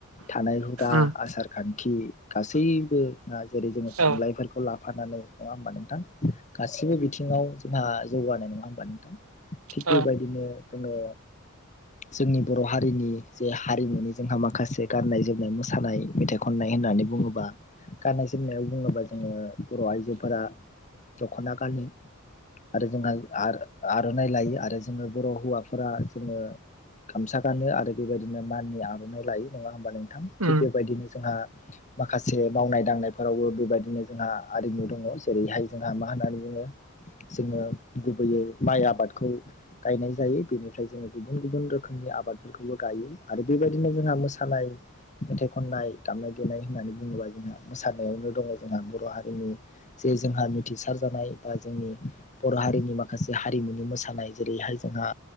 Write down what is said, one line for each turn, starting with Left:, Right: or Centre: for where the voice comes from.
Left: थानाय हुदा,
Right: उम
Left: आसार-खान्थि गासैबो जेरै जोङो
Right: औ
Left: थुनलाइफोरखौ ला फानानै नङा होमबा नोंथां गासिबो बिथिङाव जोंहा जौगानाय नङा होमबा नोंथां? थिग
Right: औ
Left: बेबायदिनो जोङो जोंनि बर' हारिनि जे हारिमुनि जोंहा माखासे गाननाय जोमनाय मोसानाय मेथाइ खननाय होननानै बुङोबा गाननाय जोमनायाव बुङोबा जोङो बर' आइजोफोरा दख'ना गानो आरो जोंहा आ आर'नाइ लायो आरो जोङो बर' हौवाफोरा जोङो गामसा गानो आरो बेबायदिनो माननि आर'नाइ लायो नङा होमबा नोंथां थिग
Right: उम
Left: बेबायदिनो जोंहा माखासे मावनाय दांनायफोरावबो बेबायदिनो जोंहा आरिमु दङ' जेरैहाय जोंहा मा होननानै बुङो जोङो गुबैयै माइ आबादखौ गायनाय जायो बेनिफ्राय जोङो गुबुन गुबुन रोखोमनि आबादफोरखौबो गायो आरो बेबायदिनो जोंहा मोसानाय मेथाइ खननाय, दामनाय-देनाय होननानै बुङोबा जोंहा मोसानायावनो दङ' जोंहा बर' हारिनि बै जोंहा मिथिसार जानाय बा जोंनि बर' हारिनि माखासे हारिमुनि मोसानाय जेरैहाय जोंहा